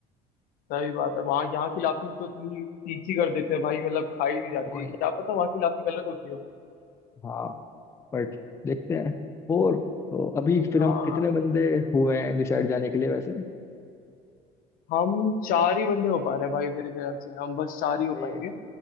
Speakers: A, on the left (about 60°); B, on the left (about 15°).
A: सही बात है वहाँ यहाँ की लाफिंग तो इतनी तीखी कर देते हैं भाई मतलब खाई नहीं जाती
B: ओए
A: क्या पता वहाँ की लाफिंग अलग होती हो
B: हाँ बट देखते हैं फोर तो अभी फिर
A: हाँ
B: हम कितने बंदे हुए हैं डिसाइड जाने के लिए वैसे
A: हम चार ही बंदे हो पा रहे हैं भाई मेरे ख्याल से हम बस चार ही हो
B: ये,
A: पाएंगे